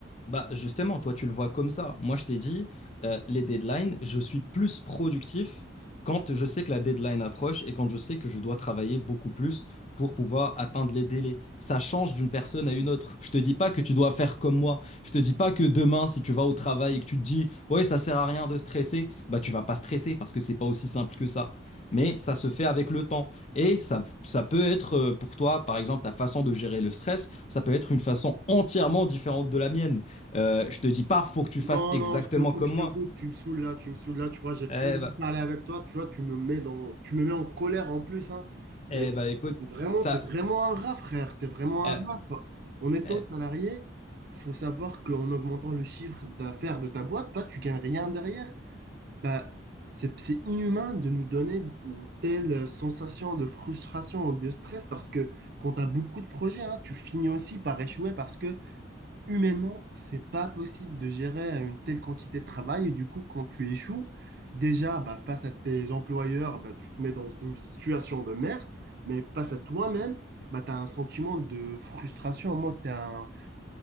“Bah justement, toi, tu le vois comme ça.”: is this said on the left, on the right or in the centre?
Left